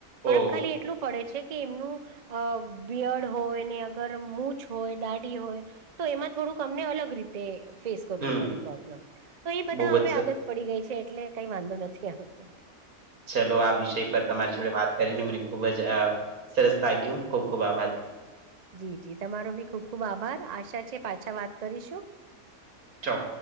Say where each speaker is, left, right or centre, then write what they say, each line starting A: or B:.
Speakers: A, on the right; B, on the right.
A: ફક
B: ઓહ
A: ખાલી એટલું પડે છે કે એમનું અ બિયડ હોય ને અગર મૂચ હોય દાડી હોય. તો એમાં થોડુંક અમને અલગ રીતે ફેસ કરવું
B: હમ
A: પડે પ્રોબ્લેમ, તો એ બધા
B: બહુ જ
A: હવે આદત પડી ગઈ છે. એટલે કઈ વાંધો નથી આવતો.
B: ચલો આ વિષય પર તમારી વાત કરીને મને ખુબ જ સરસ લાગ્યું, ખુબ ખુબ આભાર.
A: જી જી તમારો બી ખુબ ખુબ આભાર. આશા છે પાછા વાત કરીશું.
B: ચો